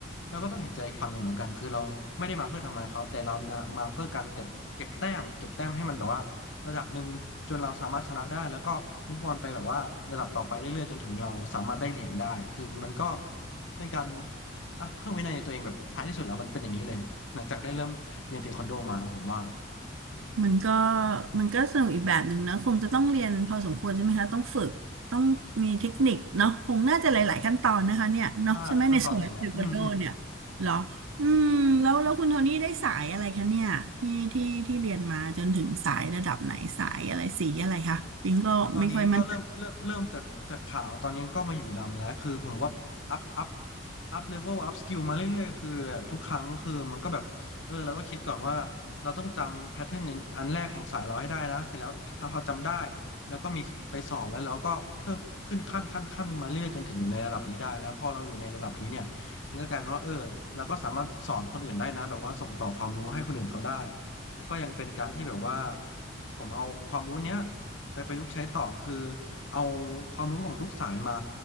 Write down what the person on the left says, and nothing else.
เราก็ต้องเห็นใจอีกฝั่งหนึ่งเหมือนกัน คือเราไม่ได้มาเพื่อทำลายเขา แต่เรานะมาเพื่อการเก็บเก็บแต้มเก็บแต้มให้มันแบบว่าระดับหนึ่งจนเราสามารถชนะได้แล้วก็มุฟออนไปแบบว่าระดับต่อไปเรื่อยๆจนถึงเราสามารถได้เหรียญได้คือมันก็เป็นการอ่ะเพิ่มวินัยในตัวเองแบบท้ายที่สุดแล้วมันเป็นอย่างนี้เลยหลังจากได้เริ่มเรียนเทควันโดมานะผมว่า
ถ้าหลายขั้นตอนหลายแหละอืมอืม คือตอนนี้ก็เริ่มเริ่มเริ่มจากจากขาวตอนนี้ก็มาอยู่ดำแล้วคือผมก็อัพอัพอัพเลเวลอัพสกิลมาเรื่อยๆคือแบบทุกครั้งคือมันก็แบบเออเราก็คิดก่อนว่าเราต้องจำแพทเทิร์นอันแรกของสายเราให้ได้นะเสร็จแล้วถ้าพอจำได้แล้วก็มีไปสอบแล้วเราก็เพิ่มขึ้นขั้นขั้นขั้นมาเรื่อยจนถึงในระดับนี้ได้แล้วพอเราอยู่ในระดับนี้เนี่ยมันก็กลายเป็นว่าเออเราก็สามารถสอนคนอื่นได้นะแบบว่าส่งต่อความรู้ให้คนอื่นเขาได้แล้วก็ยังเป็นการที่แบบว่าผมเอาความรู้เนี้ย ไปประยุกต์ใช้ต่อคือเอาความรู้ของทุกสายมา